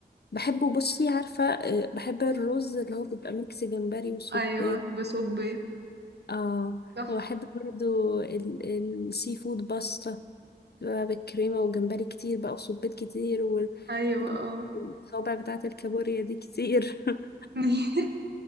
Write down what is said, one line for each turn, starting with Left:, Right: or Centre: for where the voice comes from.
Left: بحبه بصي عارفة آه، بحب الرز اللي هو بيبقى ميكس جمبري وصبيط
Right: أيوة بسبيت
Left: اه
Right: تحفة
Left: وبحب برضو السي فود باستا بقى بالكريمة وجمبري كتير بقى وصبيت كتير والصوابع
Right: أيوة اه
Left: بتاعة الكابوريا دي كتير <laughs>
Right: <laughs>